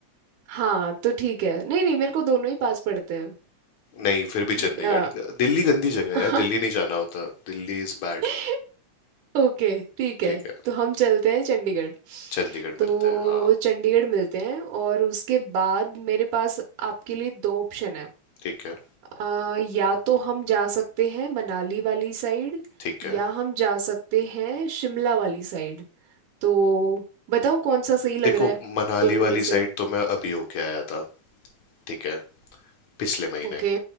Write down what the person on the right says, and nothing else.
हाँ तो ठीक है नहीं नहीं मेरे को दोनों ही पास पड़ते हैं
दि-
अ,
<laughs> ओके ठीक है
तो हम चलते हैं चंडीगढ़
तो
चंडीगढ़ मिलते हैं और उसके बाद मेरे पास आपके लिए दो ऑप्शन है
आ, या तो हम जा सकते हैं मनाली वाली साइड
या हम जा सकते हैं शिमला वाली साइड तो बताओ कौन सा सही लग
रहा है
दोनों
में
से
ओके